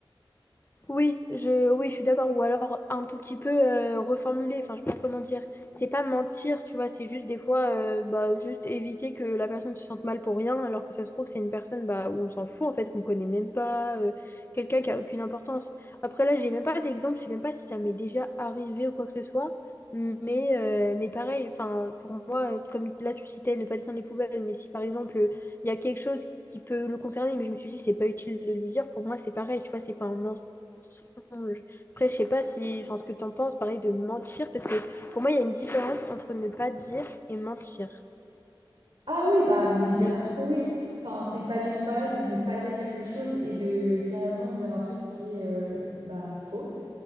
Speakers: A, on the left (about 25°); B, on the right (about 85°).
A: Oui, je, oui, je suis d'accord. Ou alors un tout petit peu euh, reformuler. Enfin, je sais pas comment dire. C'est pas mentir, tu vois. C'est juste des fois, euh, bah, juste éviter que la personne se sente mal pour rien, alors que ça se trouve, c'est une personne bah, où on s'en fout, en fait, qu'on connaît même pas, euh, quelqu'un qui a aucune importance. Après, là, j'ai même pas d'exemple. Je sais même pas si ça m'est déjà arrivé ou quoi que ce soit. Mais, euh, mais pareil, enfin, pour moi, euh, comme là, tu citais ne pas descendre les poubelles, mais si par exemple, euh, il y a quelque chose qui peut le concerner, mais je me suis dit, c'est pas utile de lui dire, pour moi, c'est pareil, tu vois, c'est pas un mensonge mensonge. Après, je sais pas si, enfin, ce que tu en penses, pareil, de mentir, parce que pour moi, il y a une différence entre ne pas dire et mentir.
B: Ah oui, bah, mais bien
A: Mais
B: sûr que oui. Enfin, c'est pas du tout pareil de ne pas dire quelque chose et de carrément dire un truc qui est, euh, bah, faux.